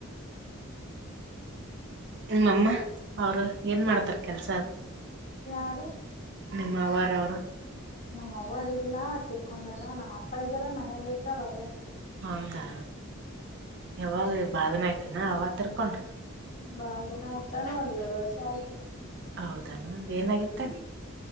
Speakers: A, on the right; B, on the left.
A: ನಿಮ್ಮಮ್ಮ ಅವರು ಏನ್ ಮಾಡ್ತಾರ ಕೆಲ್ಸ
B: ಯಾರು
A: ನಿಮ್ಮ ಅವಾರ ಅವರು
B: ನಮ್ಮ್ ಅವರು ಇಲ್ಲ ತಿರ್ಕೊಂಡಾರ ನಮ್ಮ್ ಅಪ್ಪ ಇದ್ದಾರ ಮನೇಲಿ ಇರ್ತಾರ ಅವರು
A: ಹೌದಾ ಇವಾಗ ಬಾಳ್ದನ ಆಯತಿನ ಅವ್ವ ತಿರ್ಕೊಂಡ
B: ಬಾಳ ದಿನ ಆಯ್ತನ್ ಎಳ ವರ್ಷ ಆಯ್ತು <inaudible>
A: ಹೌದಾ ಹ ಏನಾಗಿತ್ತ